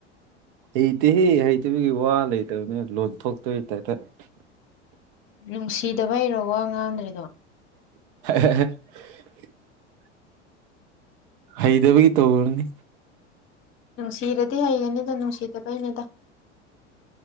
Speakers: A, on the right; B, on the left.
A: ꯍꯩꯇꯦꯍꯦ ꯍꯩꯇꯕꯒꯤ ꯋꯥ ꯂꯩꯇꯕꯅꯤ ꯂꯣꯟꯊꯣꯛꯇꯣꯏ ꯇꯥꯏꯐꯠ
B: ꯅꯨꯡꯁꯤꯗꯕ ꯍꯔꯣ ꯋꯥ ꯉꯥꯡꯗ꯭ꯔꯤꯗꯣ
A: <unintelligible> ꯍꯩꯗꯕꯒꯤ ꯇꯅꯤ
B: ꯅꯨꯡꯁꯤꯔꯗꯤ ꯍꯩꯒꯅꯤꯗ ꯅꯨꯡꯁꯤꯗꯕꯩꯅꯤꯗ